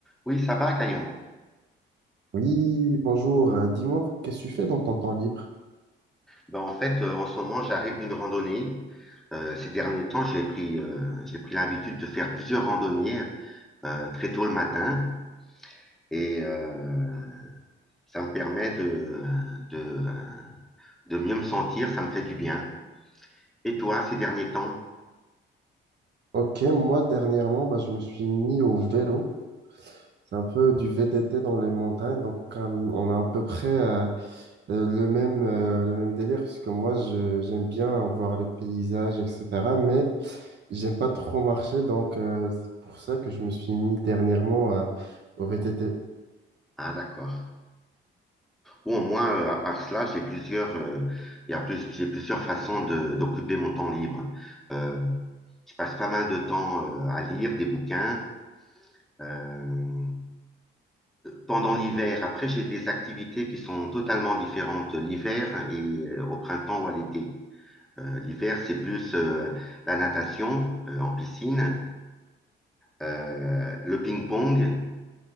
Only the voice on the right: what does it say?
Oui, bonjour. Euh, dis-moi, qu'est-ce que tu fais dans ton temps libre?
Ok, moi dernièrement, bah, je me suis mis au vélo. C'est un peu du VTT dans les montagnes, donc un- on a à peu près euh, euh, le même, euh, le même délire, parce que moi, je- j'aime bien voir le paysage, etc. Mais j'aime pas trop marcher, donc euh, c'est pour ça que je me suis mis dernièrement euh, au VTT.